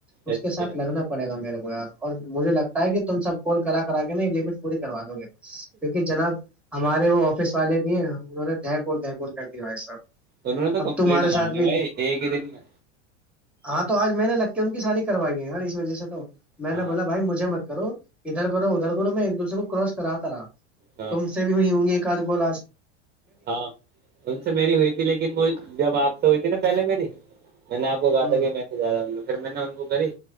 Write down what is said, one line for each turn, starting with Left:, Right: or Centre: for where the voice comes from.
Right: اچھا
Centre: اس کے ساتھ لگنا پڑے گا میرے کو کو اور مجھے لگتا ہے کہ تم سب کلا ک <unintelligible> پڑ <inaudible> کروا دو گے کیونکہ جناب ہمارے وہ آفس والے بھی ہیں انہوں نے دھ کوول دہیکور کر دیا ہوا ہے سب
Right: انہوں نے تو
Centre: اب
Right: کمپلیٹ
Centre: تمہارے
Right: مار
Centre: ساتھ بھی
Right: دی بھائی ایک ہی دن میں
Centre: ہاں تو آج میں نے لگ کے ان کی ساری کروائی ہے ار اس وجہ سے تو میں
Right: ہاں
Centre: نے بولا بھائی مجھے مت کرو <unintelligible> ادھر کرو ادھر میں ایک دوسرے کو کراس کراتا رہا
Right: ہاں
Centre: تم
Right: ہاں
Centre: سے بھی ہوئی ہوں گی ایک آدمی <unintelligible> گولاج <unintelligible>
Right: ہاں ان سے میری ہوئی تھی لیکن وہ جب آپ سے ہوئی تھی نا پہلے میری <unintelligible> میں نے آپ کو کہا
Centre: ہوں
Right: تھا کہ میں سے جاوں گا پھر میں نے وہ کری